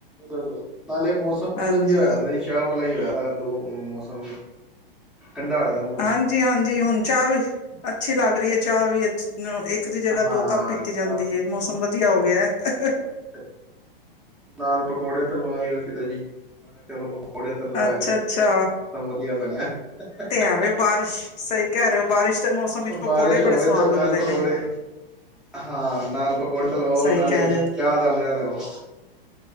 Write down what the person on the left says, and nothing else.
ਹਾਂਜੀ।
ਹਾਂਜੀ-ਹਾਂਜੀ ਹੁਣ ਚਾਹ ਵੀ ਅੱਛੀ ਲੱਗ ਰਹੀ ਏ ਚਾਹ ਵੀ ਇੱਕ ਦੀ ਜਗਾ,
ਦੋ ਕੱਪ ਪੀਤੀ
ਜਾਂਦੀ ਏ, ਮੌਸਮ ਵਧੀਆ ਹੋ ਗਿਆ ਐ ਹ
ਅੱਛਾ-ਅੱਛਾ
ਐਂ, ਵੇਂ ਬਾਰਿਸ਼ ਸਹੀ ਕਹਿ ਰਹੇ ਹੋ ਬਾਰਿਸ਼ ਦੇ ਮੌਸਮ ਵਿੱਚ
ਪਕੌੜੇ
ਬੜੇ ਸਵਾਦ
ਲੱਗਦੇ
ਨੇ
ਸਹੀ
ਕਹਿ ਰਹੇ ਹੋ